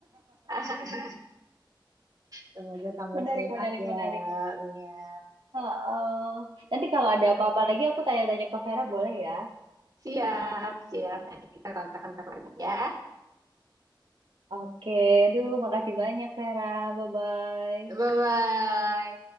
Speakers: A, on the right; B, on the right.
A: <laughs> Semoga
B: <laughs>
A: tambah
B: Menarik,
A: sehat
B: menarik,
A: ya,
B: menarik.
A: Mia.
B: Heeh. Nanti kalau ada apa-apa lagi aku tanya-tanya ke Vera boleh ya?
A: Siap, siap. Nanti kita kontak-kontak lagi ya.
B: Oke, aduh, makasih banyak, Vera. Bye-bye.
A: Bye-bye.